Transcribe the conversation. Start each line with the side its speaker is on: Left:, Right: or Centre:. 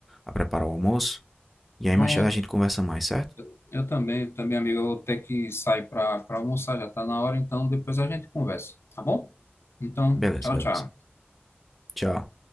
Centre: a preparar o almoço. E aí,
Left: Pronto.
Centre: mais tarde a gente conversa mais, certo?
Left: Eu, eu também, também, amigo, eu vou ter que sair para para almoçar, já está na hora, então depois a gente conversa, tá bom? Então,
Centre: Beleza,
Left: tchau,
Centre: beleza.
Left: tchau.
Centre: Tchau.